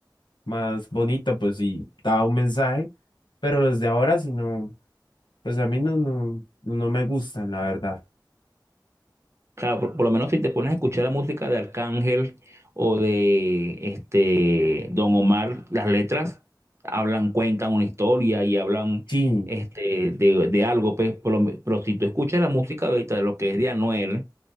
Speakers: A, on the left; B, on the right.
A: más bonita, pues y daba un mensaje, pero los de ahora sí no, pues a mí no, no, no no me gustan, la verdad.
B: Claro, por, por lo menos si te pones a escuchar la música de Arcángel o de este Don Omar, las letras hablan, cuentan una historia y hablan
A: Sí,
B: este, de, de algo, pues, por lo me- pero si tú escuchas la música ahorita de lo que es de Anuel